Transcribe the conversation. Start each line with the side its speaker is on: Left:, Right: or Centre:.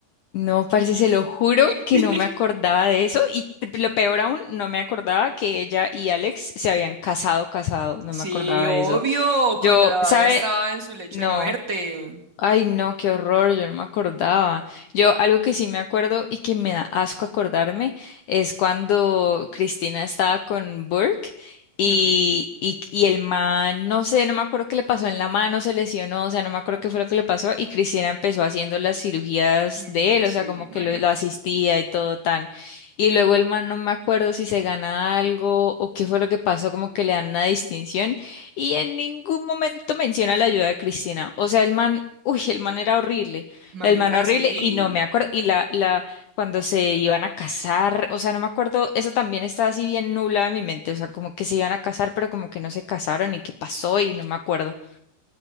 Left: No, parce, se lo juro
Right: <laughs>
Left: que no me acordaba de eso y t- lo peor aún, no me acordaba que ella y Alex se habían casado, casado, no
Right: Sí,
Left: me acordaba
Right: obvio,
Left: de eso. Yo,
Right: cuando la vaga
Left: ¿sabe?
Right: estaba en su lecho
Left: No.
Right: de muerte.
Left: Ay, no, qué horror, yo no me acordaba. Yo algo que sí me acuerdo y que me da asco acordarme es cuando Cristina estaba con Burke y,
Right: Mm,
Left: y, y el man, no sé, no me acuerdo qué le pasó en la mano, se lesionó, o sea, no me acuerdo qué fue lo que le pasó y Cristina empezó haciendo las cirugías
Right: mm,
Left: de él,
Right: sí,
Left: o sea, como
Right: marica.
Left: que lo, lo asistía y todo tan. Y luego el man, no me acuerdo si se gana algo o qué fue lo que pasó, como que le dan una distinción. Y en ningún momento menciona la ayuda de Cristina. O sea, el man Uy, el man era horrible,
Right: Marica,
Left: el man horrible,
Right: sí.
Left: y no me acuerdo, y la, la, cuando se iban a casar, o sea, no me acuerdo, eso también estaba así bien nublado en mi mente, o sea, como que se iban a casar, pero como que no se casaron, y qué pasó, y no me acuerdo.